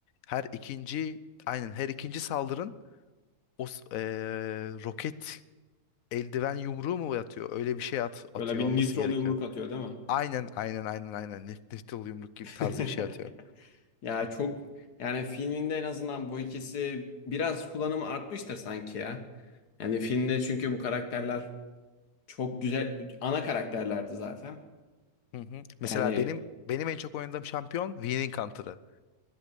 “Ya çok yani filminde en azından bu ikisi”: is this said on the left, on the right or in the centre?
Left